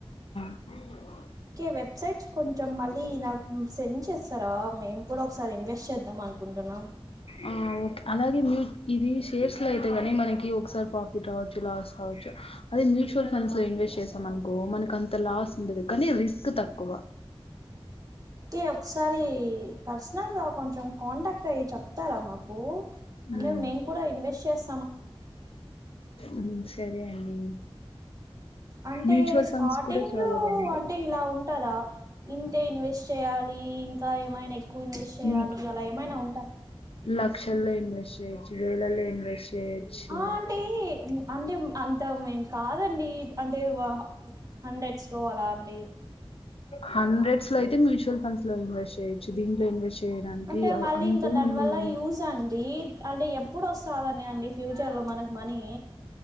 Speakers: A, on the left; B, on the right.
A: అ
B: కే వెబ్సైట్స్ కొంచం మళ్ళీ నాక్ మ్మ్ సెండ్ చెస్ తరా మేమ్ కుడా ఒకసారి ఇన్వెస్ట్ చేద్దాం అన్కుంటున్నాం
A: ఆ ఆ ఓక్ అలాగే మీక్ ఇది షేర్స్ లో అయితే గనీ మనకి ఒకసారి ప్రాఫిట్ రావచ్చు లాస్ రావచ్చు అదే మ్యూచువల్ ఫండ్స్ లో ఇన్వెస్ట్ చేసాం అన్కో మనక్ అంత లాస్ ఉండదు కనీ రిస్క్ తక్కువ
B: తే ఒక్ సారి పర్సనల్ గా కొంచం కాంట్యాక్ట్ అయ్యి చప్ తరా మాకు అంటే
A: ఉమ్,
B: మేమ్ కూడా ఇన్వెస్ట్ చేస్
A: ఉమ్ సరే అండి
B: అంటే
A: మ్యూచువల్
B: స్టాటిగ్
A: ఫండ్స్ కూడా చాలా బాగుంటాయి
B: అంటే ఇలా ఉంటాదా ఇంతే ఇన్వెస్ట్ చేయాలి ఈ ఇంకా ఏమైన ఎక్కువ్ ఇన్వెస్ట్ చేయాలి
A: మీ
B: అలా ఏమైన ఉంటా
A: లక్షల్లో ఇన్వెస్ట్ చేయచ్చు వేలల్లో ఇన్వెస్ట్ చేయొచ్చు
B: ఆ అంటే ఉమ్ అంటే మ్మ్ అంత మేం కాదండి అంటే వా హా హంరెడ్స్ లో అలా అండి
A: హండ్రెడ్స్ లో అయితే మ్యూచుల్ ఫడ్స్ లో ఇన్వెస్ట్ చేయచ్చు దీంట్లో ఇన్వెస్ట్ చేయడానికి
B: అంటే మళ్ళీ
A: అంతేం
B: ఇంకా దాని
A: ఉండదు
B: వల్ల యూజా అండి అంటే ఎప్పుడ్ ఒస్తాదని అండి ఫ్యూచర్ లో మనక్ మనీ